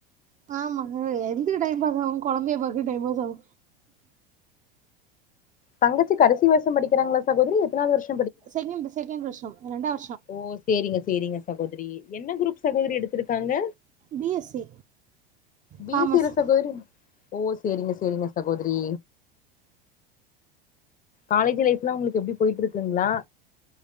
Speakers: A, on the right; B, on the left.
A: ஆமா எந்த டைம் பாஸ் ஆகு கொழந்தைய பாக்க டைம் பாஸ் ஆகு
B: தங்கத் த்து கடைசி வருஷ படிக்கறங்களா சகோதரி எத்தனாவது வருஷ்
A: செகண்ட் செகண்டு வருஷம் ரெண்டாவ
B: ஓ சேரிங்க சேரிங்க சகோதரி என்ன குரூப் சகோதரி எடுத்திருக்காங்க
A: B S C
B: B
A: காமர்ஸ்
B: C ல சகோரி ஓ சேரிங்க சேரிங்க சகோதரி காலேஜ் லைஃப்ல உங்களுக்கு எப்டி போயிட்டு இருக்குங்களா